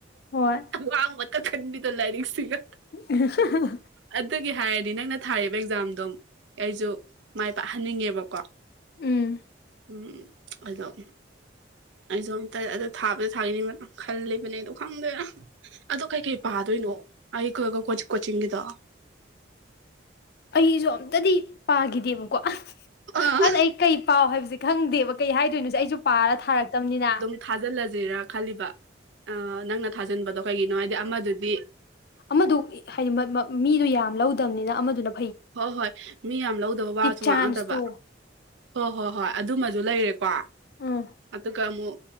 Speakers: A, on the left; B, on the right.
A: ꯍꯣꯏ
B: ꯑꯋꯥꯡꯕꯗꯥ ꯈꯟꯕꯤꯗꫭ ꯂꯥꯏꯔꯤꯛꯁꯤꯒ
A: <unintelligible>
B: ꯑꯗꯨꯒꯤ ꯍꯥꯏꯔꯥꯗꯤ ꯅꯪꯅ ꯊꯥꯔꯤꯕ ꯑꯦꯛꯖꯥꯝꯗꯣ ꯑꯩꯁꯨ ꯃꯥꯏ ꯄꯥꯛꯍꯟꯅꯤꯡꯉꯦꯕꯀꯣ
A: ꯎꯝ
B: ꯎꯝ ꯑꯥꯗꯣ ꯑꯩꯁꯨ ꯑꯝꯇꯥ ꯑꯗꯨ ꯊꯥꯕꯨꯗꯤ ꯊꯥꯈꯤꯅꯤ ꯈꯜꯂꯤꯕꯅꯦ ꯑꯗꯣ ꯈꯪꯗꯦꯗꯥ ꯑꯗꯣ ꯀꯩꯀꯩ ꯄꯥꯗꯣꯏꯅꯣ ꯑꯩ ꯀꯣꯆꯤꯡꯒꯤꯗꯣ
A: ꯑꯩꯁꯨ ꯑꯝꯇꯥꯗꯤ ꯄꯥꯈꯤꯗꯦꯕꯀꯣ
B: ꯑꯥ
A: ꯑꯗ ꯑꯩ ꯀꯩ ꯄꯥꯎ ꯍꯥꯏꯕꯁꯦ ꯈꯪꯗꯦꯕ ꯀꯩ ꯍꯥꯏꯗꯣꯏꯅꯣꯁꯦ ꯑꯩꯁꯨ ꯄꯥꯔ ꯊꯥꯔꯛꯇꯥꯕꯅꯤꯅ
B: ꯊꯥꯖꯤꯜꯂꯥꯖꯤꯔꯥ ꯈꯜꯂꯤꯕ ꯅꯪꯅ ꯊꯥꯖꯤꯟꯕꯗꯣ ꯀꯩꯒꯤꯅꯣ ꯍꯥꯏꯗꯤ ꯑꯃꯗꯨꯗꯤ
A: ꯑꯃꯥꯗꯨ ꯍꯥꯏꯗꯤ ꯃꯤꯗꯨ ꯌꯥꯝ ꯂꯧꯗꯥꯕꯅꯤꯅ ꯑꯃꯥꯗꯨꯅꯥ
B: ꯍꯣꯏ ꯍꯣꯏ ꯃꯤ ꯌꯥꯝ ꯂꯧꯗꯥꯕ ꯋꯥꯁꯨ
A: ꯆꯥꯟꯁꯇꯣ
B: ꯉꯥꯡꯅꯗꯕ ꯍꯣꯏ ꯍꯣꯏ ꯍꯣꯏ ꯑꯗꯨꯃꯥꯖꯨ ꯂꯩꯔꯦꯀꯣ
A: ꯎꯝ
B: ꯑꯗꯨꯒ ꯑꯃꯨꯛ